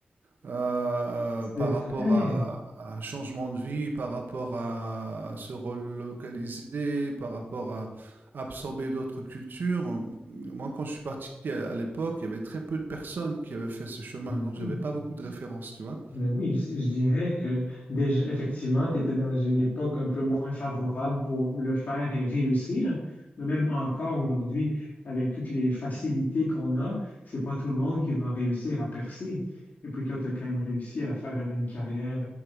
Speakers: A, on the right; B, on the left.
A: euh,
B: C'est
A: euh, par
B: vrai.
A: rapport à, à un changement de vie, par rapport à se relocaliser, par rapport à absorber d'autres cultures. Moi, quand je suis parti à, à l'époque, il y avait très peu de personnes qui avaient fait ce chemin,
B: Ben
A: donc
B: Oui.
A: j'avais pas beaucoup de références, tu vois.
B: Ben oui, je je dirais que déjà, effectivement, tu étais dans une époque un peu moins favorable pour le faire et réussir. Mais même encore aujourd'hui, avec toutes les facilités qu'on a, c'est pas tout le monde qui va réussir à percer. Et puis toi, tu as quand même réussi à faire une carrière.